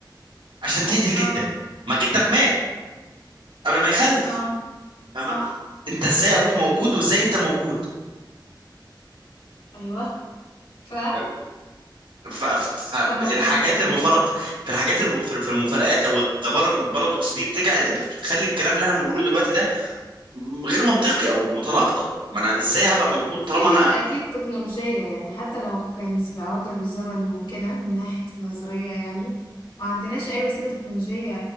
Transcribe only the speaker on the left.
اه
اه
صح
ايوه ف
فالمفروض نعمل
ايه
في قيود
اكيد تكنولوجية يعني حتى لو كانت العودة بالزمن ممكنة من ناحية النظرية يعني ما عندناش اي وسيلة تكنولوجية